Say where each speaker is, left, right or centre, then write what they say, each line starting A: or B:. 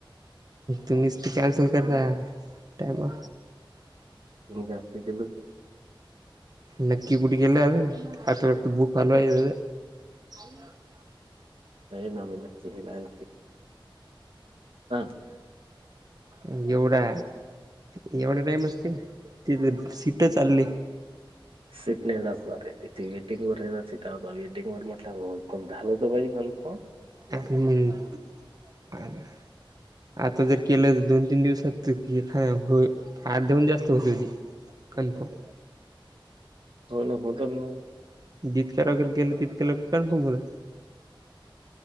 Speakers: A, on the right (about 45°); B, on the right (about 85°).
A: तुम्हीच ते कॅन्सल करता टाईमवर
B: तू काय अप्पे केलं?
A: नक्की कुठ गेलाय आज? आता तू बुक चालू हाय अजून अ <unintelligible>
B: त्या न मन तला आण <unintelligible>
A: एवढा एवढ्या टाईम असती तीथ सीट चालली.
B: सीट नाही जात णारे त्याची वेटिंग वर हाय, सीट वेटिंग वर म्हटलं, पण झालं तर पाहिजे म्हणे कन्फर्म
A: <unintelligible> आता जर केलं तर दोन तीन दिवसात ते हा होईल, आर दोन दिवस तर होवू दे की कन्फर्म
B: तुला पटल ना.
A: जितक्या लवकर केलं, तितक्या लवकर कन्फर्म होईल.